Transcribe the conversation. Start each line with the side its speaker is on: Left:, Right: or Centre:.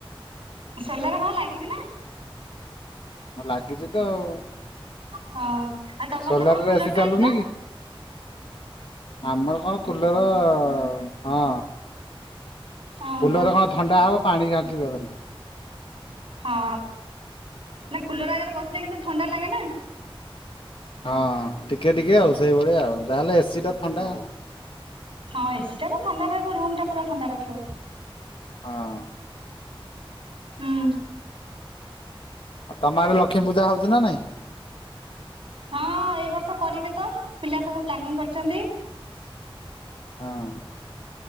Right: ସୋଲାର୍ ହଁ ଲାଗିଚି ନା!
Left: ହଁ ଲାଗିଛି ତ ଆଉ।
Right: ହଁ ଆଉ ତମର
Left: ସୋଲାରରେ
Right: ତ କଣ କୁଲର
Left: ଏ ସି
Right: ଟେ
Left: ଚାଲୁନି
Right: ଆଣିଛ
Left: କି? ଆମର କଣ କୁଲର ହଁ।
Right: ହଁ
Left: କୁଲର
Right: ହଁ
Left: କଣ ଥଣ୍ଡା ହବ ପାଣି ଘାଣ୍ଟିବ ଖାଲି।
Right: ହଁ ନା କୁଲର ଆଗରେ ବସିଲେ କିନ୍ତୁ ଥଣ୍ଡା ଲାଗେ ନା।
Left: ହଁ ଟିକେ ଟିକେ ଆଉ ସେଇଭଳିଆ ଆଉ ଯାହେଲେ ଏ ସି ଟା ଥଣ୍ଡା।
Right: ହଁ ଏ ସି ଟା ତ ଥଣ୍ଡା ରହିବ ରୁମ ଟା ପୁରା ଥଣ୍ଡା ରଖିବ।
Left: ହଁ।
Right: ହୁଁ।
Left: ଆଉ ତମ ଆଡ଼େ ଲକ୍ଷ୍ମୀ ପୂଜା ହଉଚି ନା ନାଇଁ?
Right: ହଁ ଏ ବର୍ଷ କରିବେ ତ ପିଲା ସବୁ ପ୍ଲାନିଂ କରିଛନ୍ତି।
Left: ହଁ।